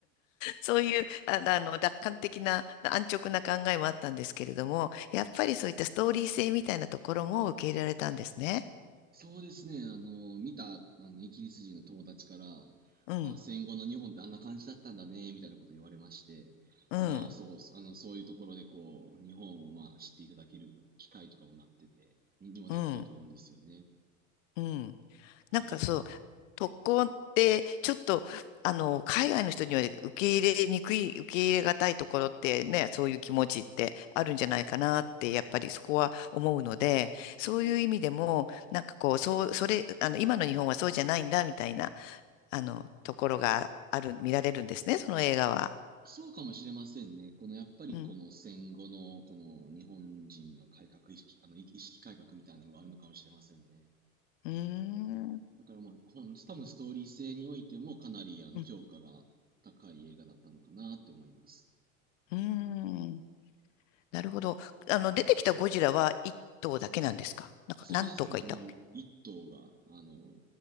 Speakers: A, on the left; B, on the right.
A: そういう、ああの、楽観的な、安直な考えもあったんですけれども、やっぱりそういったストーリー性みたいなところも受け入れられたんですね。
B: そうですね、あの、見た、あの、イギリス人の友達から、
A: うん、
B: あ、戦後の日本ってあんな感じだったんだね、みたいなこと言われまして、
A: うん、
B: あ、そう、あの、そういうところでこう、日本をまあ知っていただける機会とかもなってて、に、にもなってると思うんですよね。
A: うん、うん。
B: はい。
A: なんかそう、特攻って、ちょっと、あの、海外の人には受け入れにくい、受け入れがたいところってね、そういう気持ちってあるんじゃないかなって、やっぱりそこは思うので、そういう意味でも、
B: はい。
A: なんかこう、そう、それ、あの、今の日本はそうじゃないんだ、みたいな。あの、ところがある、見られるんですね、その映画は。
B: そうかもしれませんね。このやっぱりこの戦後のこの日本人の改革意識、
A: うん。
B: あの意識改革みたいなのがあるのかもしれませんね。
A: うーん。
B: だからまあ、ほん、多分ストーリー性においてもかなりあの評価が高い映画だったのかなって思います。
A: うん。うーんなるほど。あの、出てきたゴジラは一頭だけなんですかなんか何頭かいたわけ。
B: そうですね、あの、一頭が、あの、